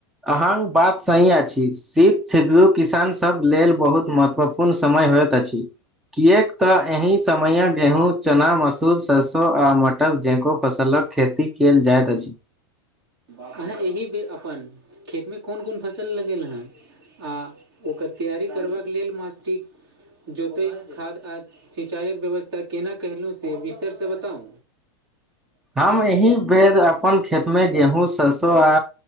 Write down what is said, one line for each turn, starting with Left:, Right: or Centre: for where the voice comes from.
Centre: अहाँ बात सही अछि। शीत ऋतु किसानसभ लेल बहुत महत्वपूर्ण समय होइत अछि। किएक तऽ एहि समये गेहूँ, चना, मसूर, सरसों आ मटर जैको फसलक खेती कईल जाइत अछि।
Right: अहाँ एहि बेर अपन खेतमे कोन कोन फसल लगेल हेँ। आ ओकर तैयारी करबाक लेल मास सटिक जोतै खाद आ सिंचाइक व्यवस्था केना केलहुँ से विस्तरसँ बताउ।
Centre: हम यही बेर अपन खेत में गेहूँ सरसो आ